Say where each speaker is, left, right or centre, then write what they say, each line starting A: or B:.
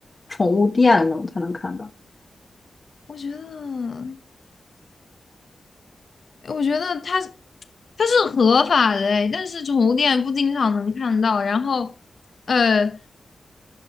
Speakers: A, on the left; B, on the left.
A: 宠物店那种才能看到？
B: 我觉得。我觉得它它是合法的诶，但是宠物店不经常能看到。然后，呃，